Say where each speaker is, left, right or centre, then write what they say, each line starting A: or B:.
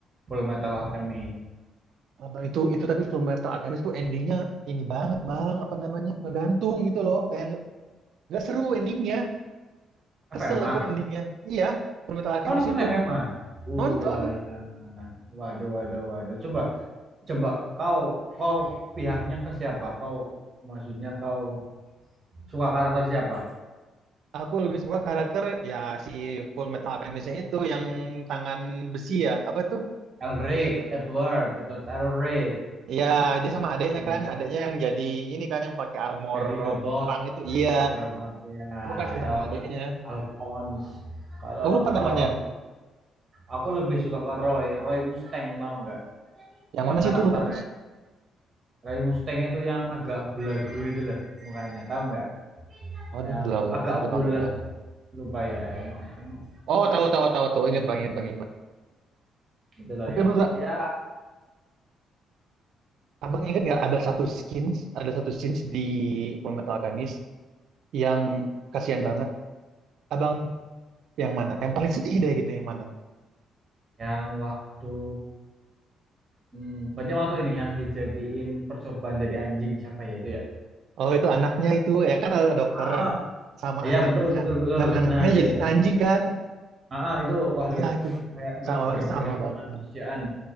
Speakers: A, on the right; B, on the right.
A: Full Metal Alchemist.
B: Abang itu itu tapi Full Metal Alchemist tuh endingnya ini banget bang apa namanya ngegantung gitu loh kayak nggak seru endingnya
A: FMA?
B: kesel aku endingnya iya Full Metal Alchemist
A: Kau nonton
B: itu
A: FMA? Walah.
B: nonton
A: Waduh, waduh, waduh. Coba, coba kau, kau pihaknya ke siapa? Kau, maksudnya kau suka karakter siapa?
B: aku lebih suka karakter ya si Full Metal Alchemistnya itu yang tangan besi ya apa tuh
A: Elric,
B: Lupa.
A: Edward, Edward Elric.
B: Iya dia sama adeknya
A: Nah,
B: kan adeknya yang jadi ini kan yang pakai armor
A: jadi robot,
B: perang itu iya
A: jadi robot ya
B: aku kasih sama
A: El
B: adeknya
A: Alphonse. Kalau
B: aku lupa namanya
A: kalau aku, aku lebih suka ke Roy, Roy Mustang tahu nggak?
B: yang
A: Ya
B: mana
A: karakternya
B: sih itu lupa Mas.
A: Roy Mustang itu yang agak belagu itu lah, mukanya, tahu nggak?
B: Aduh,
A: Yang
B: udah lama,
A: agak
B: udah
A: bulat
B: lama banget.
A: lupa ya emang emang
B: Oh, tahu tahu tahu tahu. Ingat bang, ingat bang,
A: itu loh
B: Tapi
A: yang
B: abang,
A: ya
B: abang ingat nggak ada satu skins, ada satu skins di Full Metal Alchemist yang kasihan banget. Abang yang mana? Yang paling sedih deh gitu yang mana?
A: yang waktu hmm, berarti waktu ini yang dijadiin percobaan jadi anjing siapa ya itu ya?
B: Oh itu anaknya itu, yang kan ada dokter
A: Ah,
B: sama
A: ya
B: anaknya.
A: betul betul betul.
B: Nah anaknya
A: Nah ya
B: jadi
A: itu.
B: anjing kan?
A: Ah, ah, itu waduh
B: Iya itu Bang.
A: kayak nggak
B: sama
A: berperi
B: sama
A: kemanusiaan.
B: banget bang,